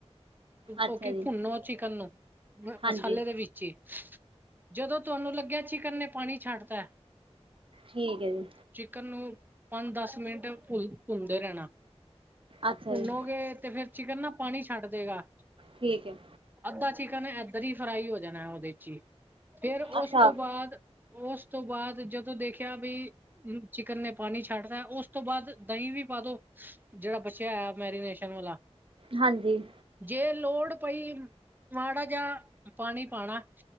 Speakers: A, on the right (about 55°); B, on the right (about 15°).
A: ਅੱਛਾ
B: ਉਹ ਕਿ
A: ਜੀ
B: ਭੁੰਨੋ ਚਿਕਨ ਨੂੰ
A: ਹਾਂਜੀ
B: ਮਸਾਲੇ ਦੇ ਵਿੱਚ ਜੀ ਜਦੋਂ ਤੁਹਾਨੂੰ ਲੱਗਿਆ ਚਿਕਰ ਨੇ ਪਾਣੀ ਛੱਡਤੈ
A: ਠੀਕ ਹੈ ਜੀ।
B: ਚਿਕਨ ਨੂੰ ਪੰਜ ਦਸ ਮਿੰਟ ਭੁੰਨਦੇ ਰਹਿਣਾ।
A: ਅੱਛਾ
B: ਭੁੰਨੋਗੇ
A: ਜੀ
B: ਤੇ ਫੇਰ ਚਿਕਨ ਨਾ ਪਾਣੀ ਛੱਡ ਦੇਗਾ।
A: ਠੀਕ ਹੈ
B: ਅੱਧਾ ਚਿਕਨ ਏਧਰ ਹੀ ਫਰਾਈ ਹੋ ਜਾਣੈ ਉਹਦੇ ਚ ਹੀ ਫੇਰ ਉਸ
A: ਅੱਛਾ
B: ਤੋਂ ਬਾਅਦ ਉਸ ਤੋਂ ਬਾਅਦ ਜਦੋਂ ਦੇਖਿਆ ਬਈ ਚਿਕਨ ਨੇ ਪਾਣੀ ਛੱਡਦਾ ਉਸ ਤੋਂ ਬਾਅਦ ਦਹੀਂ ਵੀ ਪਾ ਦੋ। ਜਿਹੜਾ ਬਚਿਆ ਹੋਇਆ ਮੈਰੀਨੇਸ਼ਨ ਵਾਲਾ।
A: ਹਾਂਜੀ।
B: ਜੇ ਲੋੜ ਪਈ ਮਾੜਾ ਜਿਹਾ ਪਾਣੀ ਪਾਣਾ।